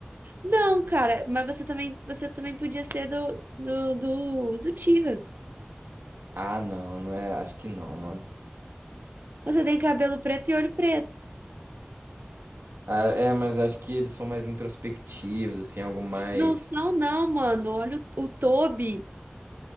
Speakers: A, on the right (about 55°); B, on the right (about 85°).
A: Não, cara, mas você também, você também podia ser do, do, dos Uchihas.
B: Ah, não, não é. Acho que não, mano.
A: Você tem cabelo preto e olho preto.
B: Ah, é, mas acho que eles são mais introspectivos, assim, algo mais.
A: Não são, não, mano. Olha o, o Tobi.